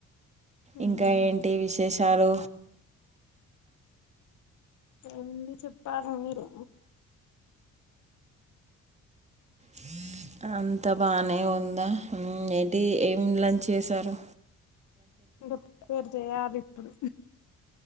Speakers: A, on the right; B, on the left.
A: ఇంకా
B: మ్మ్
A: ఏంటి విష్ చేసారు
B: ఎంది చెప్పారు మీరు
A: హ అంత బానే ఉందా ఉమ్మ్ ఏంటి ఏం లంచ్ చేసారు
B: ఇంకా ప్రిపేర్ చెయాలి ఇప్పుడు